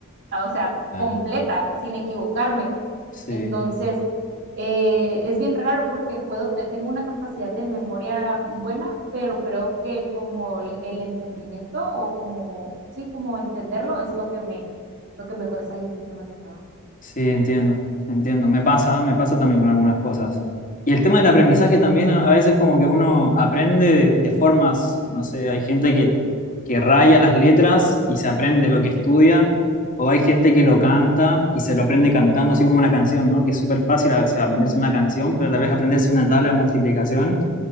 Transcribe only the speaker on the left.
Total.
Sí,
sí, entiendo, entiendo. Me pasa, me pasa también con algunas cosas. Y el tema del aprendizaje también a a veces como que uno aprende de, de formas, no sé, hay gente que, que raya las letras y se aprende lo que estudia, o hay gente que lo canta y se lo aprende cantando, así como una canción, ¿no? Que es súper fácil a veces aprenderse una canción, pero tal vez aprenderse una tabla de multiplicación